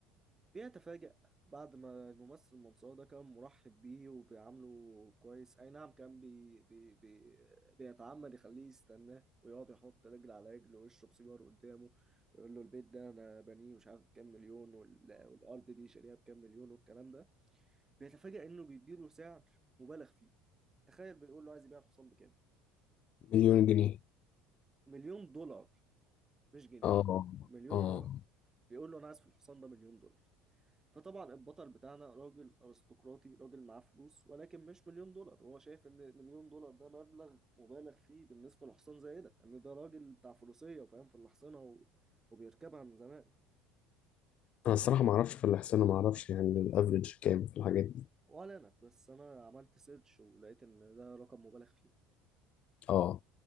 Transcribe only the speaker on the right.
بيتفاجأ بعد ما الممثل المنصراوي ده كان مرحب بيه وبيعامله كويس أي نعم كان بي بي بي بيتعمد يخليه يستناه ويقعد يحط رجل على رجل ويشرب سيجار قدامه ويقول له البيت ده أنا بنيه مش عارف بكام مليون وال- والأرض دي شاريها بكام مليون والكلام ده بيتفاجأ إنه بيديله سعر مبالغ فيه تخيل بيقول له عايز يبيع الحصان بكام
مليون دولار مش جنيه
مليون
دولار بيقول له انا عايز في الحصان ده مليون دولار فطبعا البطل بتاعنا راجل ارستقراطي راجل معاه فلوس ولكن مش مليون دولار هو شايف ان مليون دولار ده مبلغ مبالغ فيه بالنسبه لحصان زي ده ان ده راجل بتاع فروسيه وفاهم في الحصانه و... وبيركبها من زمان
ولا انا بس انا عملت سيرش ولقيت ان ده رقم مبالغ فيه